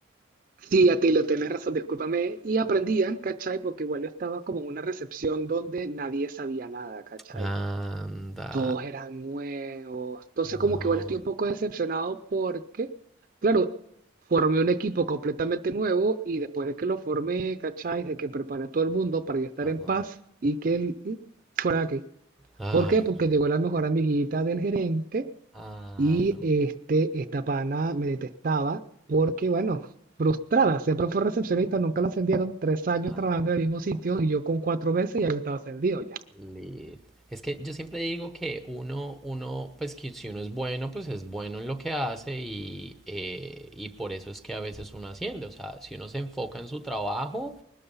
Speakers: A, on the right (about 45°); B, in the centre.
A: Sí, a ti lo tenés razón, discúlpame. Y aprendían, ¿cachai? Porque igual yo estaba como en una recepción donde nadie sabía nada, ¿cachai?
B: Anda.
A: Todos eran nuevos. Entonces, como
B: No.
A: que igual estoy un poco decepcionado porque, claro, formé un equipo completamente nuevo y después de que lo formé, ¿cachai? De que preparé a todo el mundo para yo estar
B: Ajá.
A: en paz y que él y fuera aquí.
B: Ay,
A: ¿Por qué? Porque
B: no.
A: llegó la mejor amiguita del gerente
B: Ah,
A: y
B: no.
A: este, esta pana me detestaba porque, bueno, frustrada, siempre fue recepcionista, nunca la ascendieron, tres años
B: Ah,
A: trabajando
B: no.
A: en el mismo sitio y yo con cuatro veces ya yo estaba ascendido ya.
B: Lit. Es que yo siempre digo que uno, uno, pues que si uno es bueno, pues es bueno en lo que hace y, eh, y por eso es que a veces uno haciendo, o sea, si uno se enfoca en su trabajo,